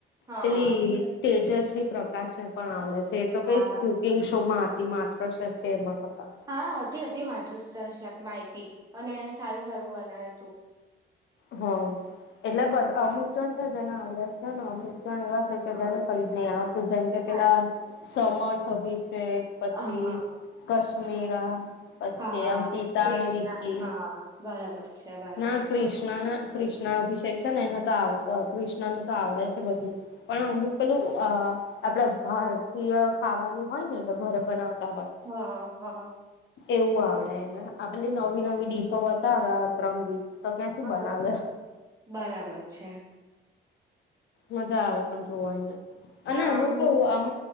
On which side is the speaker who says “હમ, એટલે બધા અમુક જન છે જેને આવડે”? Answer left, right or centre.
Left